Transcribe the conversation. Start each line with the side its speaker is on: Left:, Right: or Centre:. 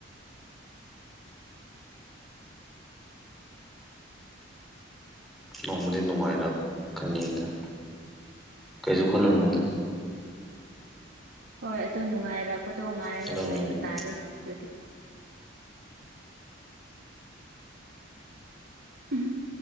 Centre: ꯅꯣꯡꯃꯗꯤ ꯅꯨꯡꯉꯥꯏꯔꯛꯀꯅꯤꯗ ꯀꯩꯁꯨ ꯈꯜꯂꯨꯅꯨꯗ
Right: ꯍꯣꯏ ꯑꯗꯨ ꯅꯨꯡꯉꯥꯏꯔꯛꯄꯗꯣ ꯉꯥꯏꯔꯒ
Centre: ꯈꯜꯂꯝꯅꯨꯗ
Right: ꯂꯩꯕ ꯇꯥꯔꯦ ꯑꯗꯨꯗꯤ ꯎꯝ